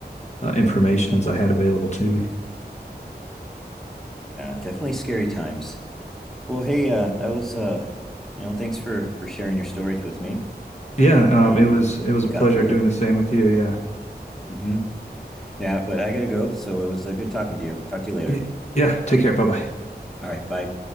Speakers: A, on the left; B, in the centre.
A: uh, information as I had available to me.
B: yeah definitely scary times well hey uh that was uh you know thanks for for sharing your stories with me
A: Yeah,
B: um
A: um, it was it
B: we
A: was a
B: got
A: pleasure
B: through
A: doing
B: it
A: the same with you. Yeah,
B: hmm yeah but i gotta go so it was uh, good talking to you talk to you later
A: yeah. yeah. Take care. Bye bye.
B: All right. Bye.